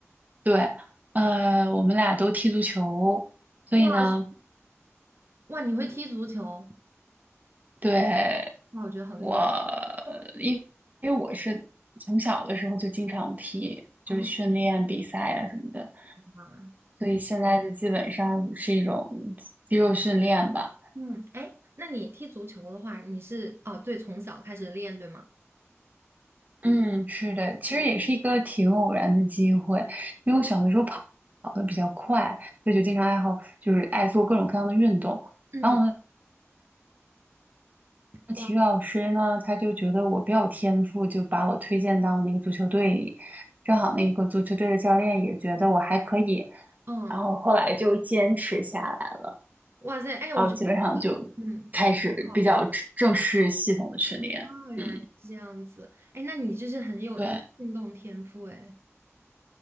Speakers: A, on the right; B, on the right.
A: 对，呃，我们俩都踢足球，所以呢，
B: 哇塞，哇，你会踢足球？
A: 对。
B: 哇，我觉得好厉害
A: 我因因为我是从小的时候就经常踢，就是训练比赛啊什么的，
B: 哦，哇，
A: 所以现在就基本上是一种肌肉训练吧。
B: 嗯，哎，那你踢足球的话，你是哦，对，从小开始练，对吗？
A: 嗯，是的，其实也是一个挺偶然的机会，因为我小的时候跑跑的比较快，
B: 嗯
A: 所以就经常爱好就是爱做各种各样的运动。
B: 嗯，
A: 然后我们的体育老师呢，
B: 哇，
A: 他就觉得我比较有天赋，就把我推荐到那个足球队里。正好那个足球队的教练也觉得我还可以，
B: 嗯。
A: 然后后来就坚持下来了，
B: 哇塞，哎，我觉得那个
A: 然后基本上就
B: <laughs>，嗯，
A: 开始比较正式系统的训练。
B: 哦，哦原来是这样子，
A: 嗯，
B: 哎，那你就是很有那个运动天赋，
A: 对，
B: 哎，